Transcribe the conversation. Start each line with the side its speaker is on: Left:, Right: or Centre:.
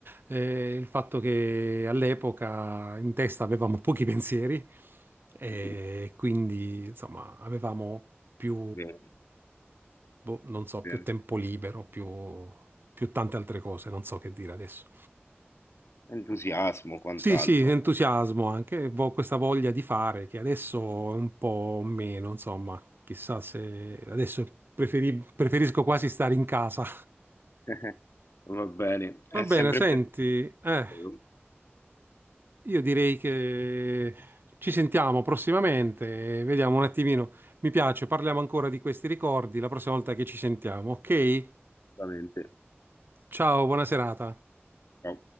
Right: Eh, il fatto che all'epoca in testa avevamo pochi pensieri e
Left: <laughs>
Right: quindi insomma avevamo più,
Left: Bene,
Right: boh, non so,
Left: bene.
Right: più tempo libero, più, più tante altre cose, non so che dire adesso.
Left: Entusiasmo, quant'altro.
Right: Sì, sì, entusiasmo anche, vo- questa voglia di fare che adesso è un po' meno, insomma, chissà se adesso preferi- preferisco quasi stare in casa.
Left: <laughs> Va bene, è
Right: Va bene,
Left: sempre
Right: senti,
Left: bello.
Right: eh. Io direi che ci sentiamo prossimamente, e vediamo un attimino. Mi piace, parliamo ancora di questi ricordi la prossima volta che ci sentiamo, ok?
Left: Assolutamente.
Right: Ciao, buona serata.
Left: Ciao.